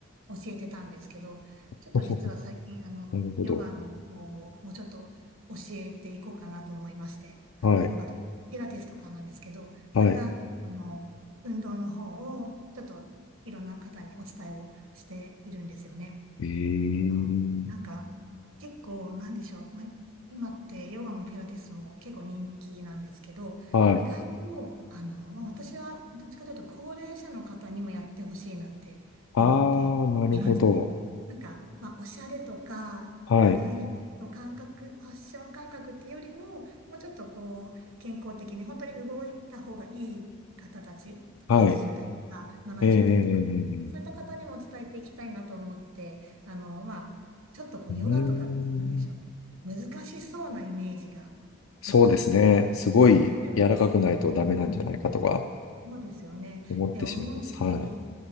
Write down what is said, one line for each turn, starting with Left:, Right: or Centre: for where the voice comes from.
Right: 教えてたんですけど、ちょっと実は最近、
Left: <laughs>
Right: あの、
Left: なるほど。
Right: ヨガの方をもうちょっと教えていこうかなと思いまして、あの、
Left: はい、
Right: ヨガとかピラティスとかなんですけど、そういった、
Left: はい。
Right: あの、運動の方をちょっといろんな方にお伝えをしているんですよね。
Left: ええ、
Right: あなんか、結構、なんでしょう。まあ、今ってヨガもピラティスも結構人気なんですけど、
Left: はい。
Right: 意外と、あの、まあ、私はどっちかというと高齢者の方にもやってほしいなって思っていまして、
Left: ああ、なるほど。
Right: なんか、まあ、おしゃれとか、
Left: はい、
Right: ダイエット感覚、ファッション感覚っていうよりも、もうちょっとこう、健康的に本当に動いた方がいい方たち、
Left: はい。
Right: 80代とか70代とか、
Left: ええ、ええ、ええ
Right: そういった方にも伝えていきたいなと思って、あの、まあ、ちょっとこう、
Left: うーん。
Right: ヨガとかって何でしょう。難しそうなイメージがあったりし
Left: そうですね。すごい柔らかくないとダメなんじゃないかとか
Right: ますよね。そうですよね。
Left: 思ってしまいます。
Right: で、思うんですけど、
Left: はい、